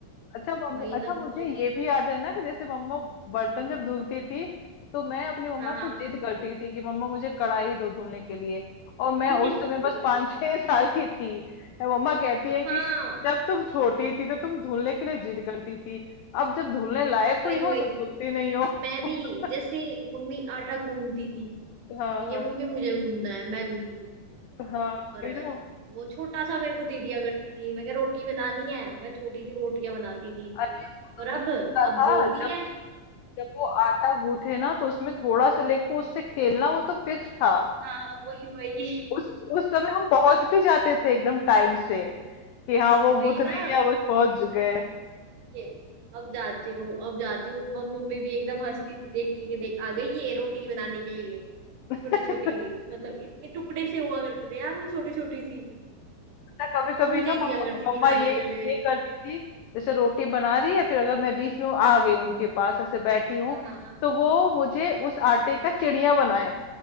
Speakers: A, on the left; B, on the right.
A: अच्छा मम्मी
B: वही
A: अच्छा
B: ना
A: मुझे
B: कुछ
A: ये भी याद है ना कि जैसे मम्मा बर्तन जब धुलती थी तो मैं अपनी मम्मा
B: हाँ
A: से
B: हाँ
A: जिद करती थी कि मम्मा मुझे कढ़ाई दो धुलने के लिए और मैं
B: <laughs>
A: उस समय बस पाँच छह <laughs> साल की थी मैं मम्मा कहती है कि
B: हाँ
A: जब तुम छोटी थी तो तुम धुलने के लिए जिद करती थी अब जब धुलने लायक
B: वही
A: हुई हो
B: वही
A: तो धुलती नहीं हो
B: मैं भी
A: <laughs>
B: जैसे मम्मी आटा गूंदती थी
A: हाँ हाँ
B: ये मम्मी
A: हाँ
B: मुझे गूंदना है मैं गूंद दूंगी
A: तो हाँ
B: और
A: वही ना
B: वो छोटा सा मेरे को दे दिया करती थी मैं कहा रोटी बनानी है मैं छोटी सी रोटियां बनाती थी
A: अरे
B: और अब
A: होता
B: अब
A: था
B: बोलती
A: जब
B: है
A: जब वो आटा गूथे ना तो उसमें थोड़ा सा लेके उससे खेलना वो तो फिक्स था
B: हाँ वही वही
A: उस उस समय हम पहुंच भी जाते थे एकदम टाइम से कि हाँ
B: <laughs>
A: वो
B: वही
A: गुथ रही
B: ना
A: है बस पहुंच गए
B: ये अब जाती हूँ अब जाती हूँ और मम्मी भी एकदम हंसती थी देख के कि देख आ गई ये रोटी बनाने के लिए
A: <laughs>
B: छोटी छोटी मतलब इतने टुकड़े से हुआ करते थे यार वो छोटी छोटी सी
A: अच्छा कभी कभी
B: और मुझे
A: ना
B: ही
A: मम्मा
B: दिया करती
A: मम्मा
B: थी खाने
A: ये
B: के लिए
A: ये करती थी जैसे रोटी बना रही है फिर अगर मैं बीच में आ गई उनके पास ऐसे बैठी हूँ
B: हाँ हाँ
A: तो वो मुझे उस आटे का चिड़िया बनाए